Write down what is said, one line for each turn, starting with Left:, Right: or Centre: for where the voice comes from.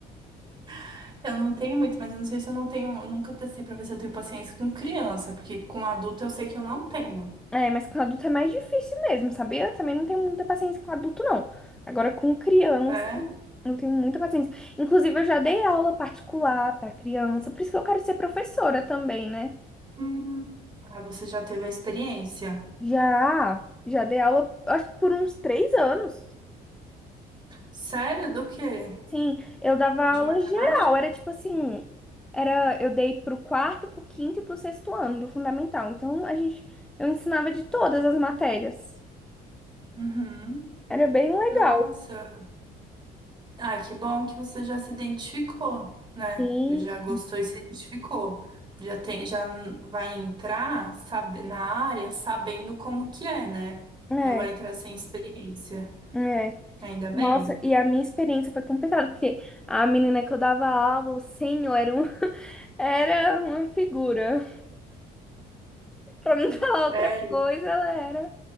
Right: <laughs> eu não tenho muito, mas eu não sei se eu não tenho, nunca testei pra ver se eu tenho paciência com criança, porque com adulto eu sei que eu não tenho.
Centre: É, mas com adulto é mais difícil mesmo, sabia? Eu também não tenho muita paciência com adulto, não. Agora, com criança,
Right: É?
Centre: eu tenho muita paciência. Inclusive, eu já dei aula particular para criança, por isso que eu quero ser professora também, né?
Right: Hum. Ah, você já teve a experiência?
Centre: Já, já dei aula, acho que por uns três anos.
Right: Sério? Do quê?
Centre: Sim, eu dava aula
Right: De matemática?
Centre: geral, era tipo assim, era, eu dei pro quarto, pro quinto e pro sexto ano do fundamental. Então, a gente, eu ensinava de todas as matérias.
Right: Uhum.
Centre: Era bem legal.
Right: Nossa. Ah, que bom que você já se identificou, né?
Centre: Sim.
Right: Já gostou e se identificou. Já tem, já vai entrar sabe, na área sabendo como que é, né?
Centre: É,
Right: Não vai entrar sem experiência.
Centre: é.
Right: Ainda bem.
Centre: Nossa, e a minha experiência foi complicada, porque a menina que eu dava aula, o senhor, era, um, <laughs> era uma figura. Pra
Right: Hum.
Centre: não falar outra
Right: Sério?
Centre: coisa, ela era